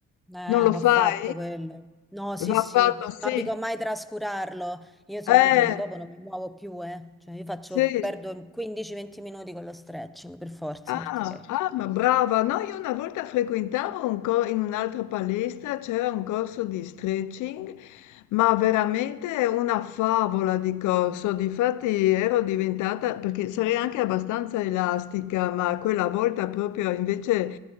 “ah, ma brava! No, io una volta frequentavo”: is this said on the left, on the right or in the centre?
Left